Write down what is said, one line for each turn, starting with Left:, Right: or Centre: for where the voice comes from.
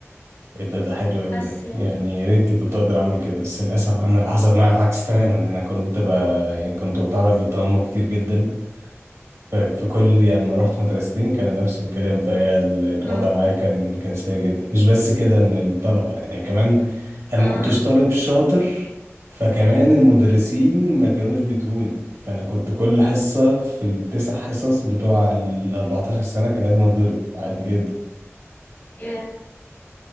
Right: ايه ده ده حلو قوي
Left: بس
Right: ده
Left: يعني.
Right: يعني يا ريتني كنت اقدر اعمل كده بس للاسف انا اللي حصل معايا العكس تماما انا كنت ب... يعني كنت بتعرض للتنمر كتير جدا ففي كل يعني لما رحت مدرستين كان نفس الكلام فهي ال- الوضع
Left: إمم،
Right: معايا كان كان سيء جدا مش بس كده من الطلبه يعني كمان انا
Left: إمم،
Right: ما كنتش طالب شاطر فكمان المدرسين
Left: إمم،
Right: ما كانوش بيتقوني فانا كنت كل حصه في التسع حصص بتوع ال 14 سنه كان لازم اتضرب عادي جدا
Left: ياه!